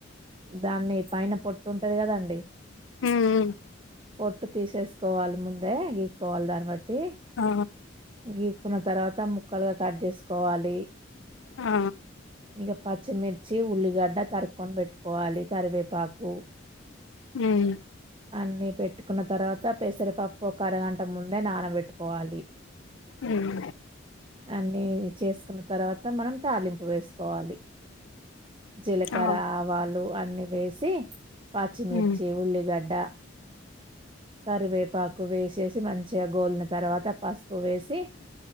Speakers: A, on the right; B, on the left.
A: దాన్ని పైన పొట్టుంటుంది కదాండి
B: ఉమ్
A: పొట్టు తీసేసుకోవాలి ముందే గీక్కోవాలి దాన్ని బట్టి
B: ఆ
A: గీ కున్న తర్వాత ముక్కలుగా కట్ చేసుకోవాలి
B: ఆ
A: ఇక పచ్చిమిర్చి ఉల్లిగడ్డ తరుక్కొని పెట్టుకోవాలి కరివేపాకు
B: ఉమ్
A: అన్నీ పెట్టుకున్న తర్వాత పెసర పప్పు అరగంట ముందే నానబెట్టుకోవాలి
B: ఉమ్
A: అన్ని చేసుకున్న తర్వాత మనం తాలిం పు వేసుకోవాలి జీలకర
B: ఆ
A: ఆవాలు అన్ని వేసి పాచ్చిమిర్చి
B: ఉమ్
A: ఉల్లిగడ్డ కరివే పాకు వేసేసి మం చి గో తర్వాత పసుపు వేసి